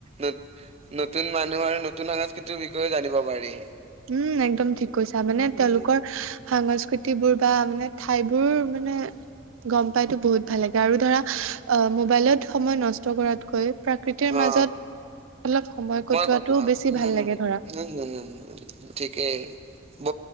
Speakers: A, on the right (about 30°); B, on the right (about 70°).
A: নত, নতুন মানুহৰ নতুন সংস্কৃতিৰ বিষয়ে জানিব পাৰি।
B: উম, একদম ঠিক কৈছা মানে
A: উম,
B: তেওঁলোকৰ সাংস্কৃতিবোৰ বা মানে ঠাইবোৰ মানে গম পাইতো বহুত ভাল লাগে আৰু ধৰা আ, মোবাইলত সময় নষ্ট কৰাতকৈ প্ৰাকৃতিৰ
A: অ'।
B: মাজত অলপ সময় কটোৱাটোও
A: কটোৱা
B: বেছি
A: উম
B: ভাল
A: হম
B: লাগে ধৰা।
A: <unintelligible> ঠিকেই। ব,